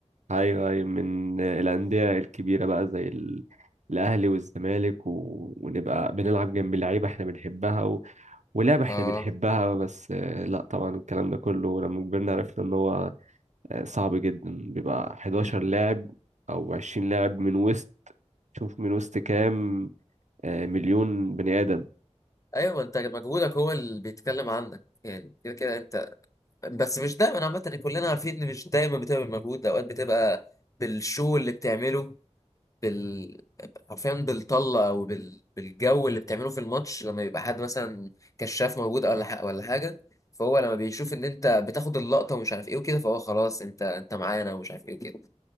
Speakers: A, on the right; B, on the left.
A: أيوه أيوه من الأندية الكبيرة بقى زي ال... الأهلي والزمالك و... ونبقى بنلعب جنب لعيبة احنا بنحبها و... ولعبة
B: <laughs>
A: احنا
B: اه
A: بنحبها بس آه، لا طبعا الكلام ده كله لما كبرنا عرفنا إن هو آه، صعب جدا بيبقى 11
B: أمم.
A: لاعب أو 20 لاعب من وسط شوف من وسط كام آه، مليون بني آدم
B: ايوه ما انت مجهودك هو اللي بيتكلم عنك يعني كده كده انت بس مش دايما عامه يعني كلنا عارفين ان مش دايما بتبقى بالمجهود ده اوقات بتبقى بالشو اللي بتعمله بال حرفيا بالطلة او بال... بالجو اللي بتعمله في الماتش لما يبقى حد مثلا كشاف موجود ولا ح... ولا حاجة فهو لما بيشوف ان انت بتاخد اللقطة ومش عارف ايه وكده فهو خلاص انت انت معانا ومش عارف ايه وكده